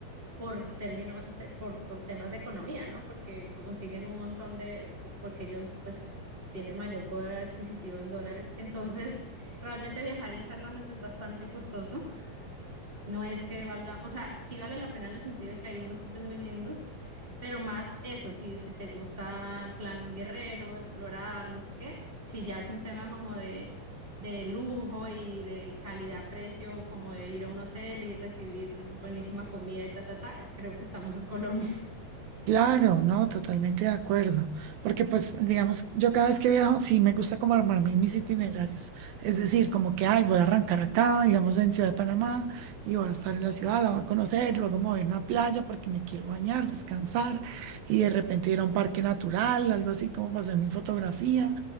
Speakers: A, on the right; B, on the right.
A: por términos de, por, por temas de economía, ¿no? Porque consiguen un montón de, porque ellos pues tienen mayor poder adquisitivo en dólares. Entonces, realmente viajar internamente es bastante costoso. No es que valga, o sea, sí vale la pena en el sentido de que hay unos sitios muy lindos, pero más eso, si, si te gusta plan guerrero, explorar, no sé qué, si ya es un tema como de, de lujo y de calidad-precio, como de ir a un hotel y recibir buenísima comida y ta, ta, ta, creo que está mejor <laughs> Colombia.
B: Claro, no, totalmente de acuerdo. Porque pues, digamos, yo cada vez que viajo, sí me gusta como armar mi- mis itinerarios. Es decir, como que, ay, voy a arrancar acá, digamos, en Ciudad de Panamá, y voy a estar en la ciudad, la voy a conocer, luego me voy a una playa porque me quiero bañar, descansar, y de repente ir a un parque natural, algo así como para hacer mi fotografía.